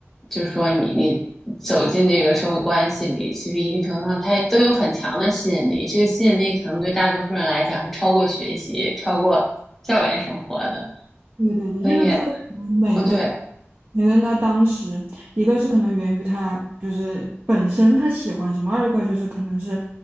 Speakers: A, in the centre; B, on the right.
A: 就是说你你走进这个社会关系里，其实一定程度上它都有很强的吸引力。这个吸引力可能对大多数人来讲是超过学习、超过校园生活的。
B: 对对对，
A: 所以，
B: 这就是。每个。
A: 哦对，
B: 你跟他当时，一个是可能源于他就是本身他喜欢什么，二一个就是可能是